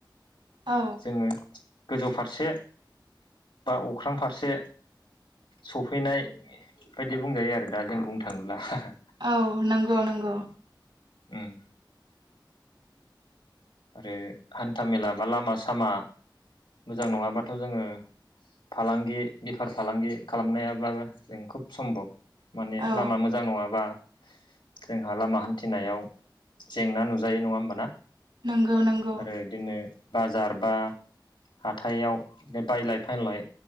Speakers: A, on the right; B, on the left.
A: औ
B: जोङो गोजौ फारसे बा अख्रां फारसे सफैनाय बे बायदि बुंजायो आरो दा जों बुंनो थाङोब्ला‌।
A: औ नंगौ नंगौ।
B: उम आरो हान्था मेला बा लामा सामा मोजां नङाबाथ' जोङो फालांगि बेफार फालांगि खालामनायाबा बा जों खुब सम्भब। माने
A: औ
B: लामा मोजां नङाबा जोंहा लामा हान्थिनायाव जेंना नुजायो नङा होमबाना?
A: नंगौ नंगौ
B: आरो इदिनो बाजार बा हाथायाव बे बायलाय फानलाय